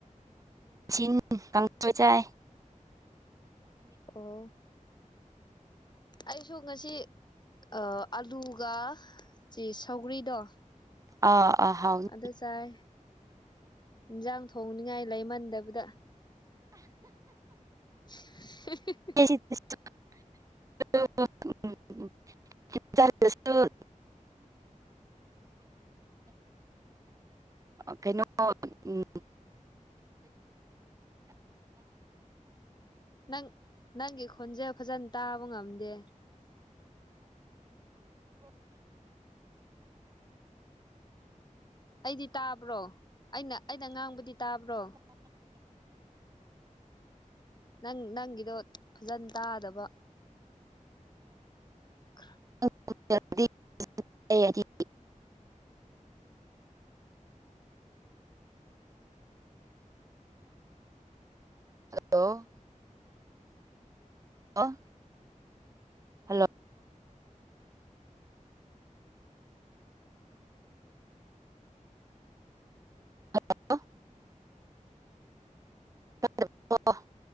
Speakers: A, on the right (about 25°); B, on the left (about 35°).
A: <unintelligible> ꯀꯥꯡꯁ‌ꯣꯏ ꯆꯥꯏꯌ‌ꯦ
B: ꯑꯣ ꯑꯩꯁꯨ ꯉꯁꯤ ꯑꯥ ꯑꯂꯨꯒ ꯆꯦ ꯁꯧꯒ꯭ꯔꯤꯗꯣ
A: ꯑ ꯑ ꯍꯥꯎ
B: ꯑꯗꯨ ꯆꯥꯏꯌ‌ꯦ ꯏꯟꯖꯥꯡ ꯊꯣꯡꯅꯤꯡꯉꯥꯏ ꯂꯩꯃꯟꯗꯕꯗ <unintelligible>
A: <unintelligible> ꯑꯥ ꯀꯩꯅꯣ ꯎꯝ
B: ꯅꯪ ꯅꯪꯒꯤ ꯈ‌ꯣꯟꯖ‌ꯦꯜ ꯐꯖꯅ ꯇꯥꯕ ꯉꯝꯗꯦ ꯑꯩꯗꯤ ꯇꯥꯕ꯭ꯔꯣ ꯑꯩꯅ ꯑꯩꯅ ꯉꯥꯡꯕꯗꯤ ꯇꯥꯕ꯭ꯔꯣ ꯅꯪ ꯅꯪꯒꯤꯗꯣ ꯐꯖꯅ ꯇꯥꯗꯕ <unintelligible>
A: <unintelligible> ꯍꯜꯂꯣ ꯑ ꯍꯜꯂꯣ ꯍꯜꯂꯣ ꯀ